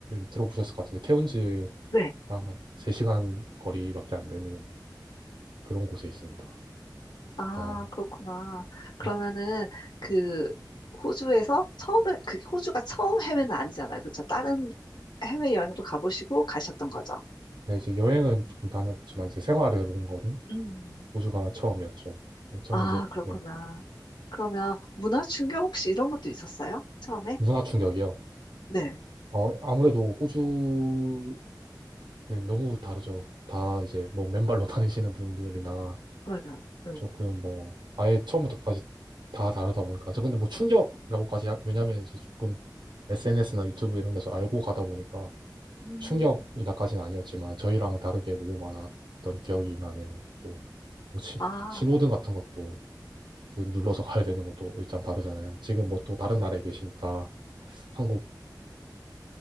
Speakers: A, on the right; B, on the left.
A: 들어보셨을 것 같은데 케언즈랑
B: 네.
A: 한 3시간 거리밖에 안 되는 그런 곳에 있습니다.
B: 아,
A: 어,
B: 그렇구나. 그러면은
A: 어,
B: 그 호주에서 처음에 그 호주가 처음 해외는 아니잖아요. 그렇죠? 다른 해외 여행도 가보시고 가셨던 거죠.
A: 네 이제 여행은 조금 다녔지만 이제 생활을 해본 거는
B: 음.
A: 호주가 처음이었죠. 네, 저는
B: 아,
A: 이제
B: 그렇구나.
A: 네,
B: 그러면 문화 충격 혹시 이런 것도 있었어요? 처음에?
A: 문화 충격이요.
B: 네,
A: 어, 아무래도 호주는 너무 다르죠. 다 이제 뭐 맨발로 <laughs> 다니시는 분들이나
B: 맞아요. 네.
A: 조금 뭐 아예 처음부터까지 다 다르다 보니까 저 근데 뭐 충격이라고까지 하- 왜냐면 이제 조금 SNS나 유튜브 이런 데서 알고 가다 보니까
B: 음,
A: 충격이다까지는 아니었지만 저희랑 다르게 너무 많았던 기억이 나네요. 또 뭐 시-
B: 아,
A: 신호등 같은 것도 그 눌러서 가야 되는 것도 일단 다르잖아요. 지금 뭐 또 다른 나라에 계시니까 한국